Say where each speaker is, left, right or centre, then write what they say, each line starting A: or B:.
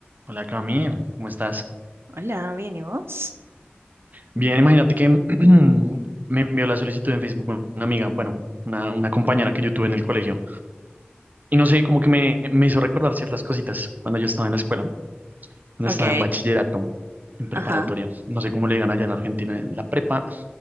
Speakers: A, on the right (about 45°); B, on the right (about 80°).
A: Hola Cami, ¿cómo estás?
B: Hola, bien, ¿y vos?
A: Bien, imagínate que <clears throat> me envió la solicitud en Facebook una amiga, bueno, una, una compañera que yo tuve en el colegio. Y no sé, como que me, me hizo recordar ciertas cositas cuando yo estaba en la escuela, cuando
B: Ok,
A: estaba en bachillerato, en preparatoria.
B: ajá.
A: No sé cómo le digan allá en Argentina, en la prepa,